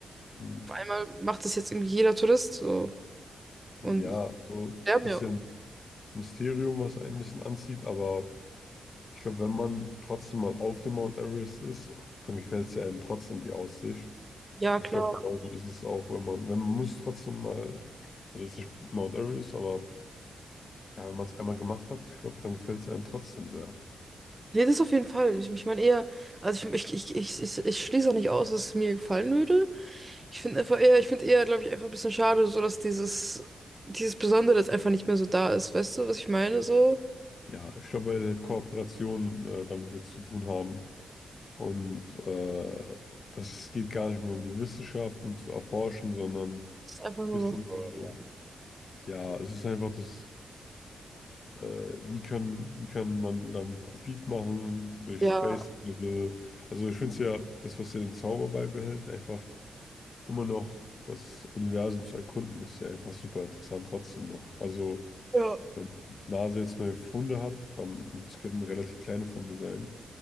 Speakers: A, on the left (about 45°); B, on the right (about 20°).
A: Hm,
B: auf einmal macht das jetzt irgendwie jeder Tourist so.
A: ja,
B: Und
A: so ein
B: sterben
A: bisschen
B: ja.
A: Mysterium, was einen ein bisschen anzieht. Aber ich glaube, wenn man trotzdem mal auf dem Mount Everest ist, dann gefällt es ja einem trotzdem die Aussicht.
B: Ja,
A: Und
B: klar.
A: ich glaube, genauso ist es auch, wenn man, wenn man muss trotzdem mal, also jetzt nicht Mount Everest, aber ja, wenn man es einmal gemacht hat, ich glaube, dann gefällt es einem trotzdem sehr.
B: Nee, das auf jeden Fall. Ich, ich meine eher, also ich, ich, ich, ich, ich, ich schließe auch nicht aus, dass es mir gefallen würde. Ich finde einfach eher, ich finde eher, glaube ich, einfach ein bisschen schade, so dass dieses, dieses Besondere jetzt einfach nicht mehr so da ist. Weißt du, was ich meine? So,
A: Ja, ich glaube, weil Kooperationen äh, damit jetzt zu tun haben. Und äh, das geht gar nicht mehr um die Wissenschaften zu erforschen, sondern ein
B: es ist einfach nur
A: bisschen
B: noch, so,
A: so,
B: ja.
A: ja, es ist einfach das, äh, wie kann, wie kann man damit Profit machen durch
B: Ja.
A: Space Travel. Also ich finde es ja, das, was ja den Zauber beibehält, einfach immer noch das Universum zu erkunden, ist ja einfach super interessant trotzdem noch. Also
B: Ja.
A: wenn NASA jetzt neue Funde hat, dann, und es könnten relativ kleine Funde sein,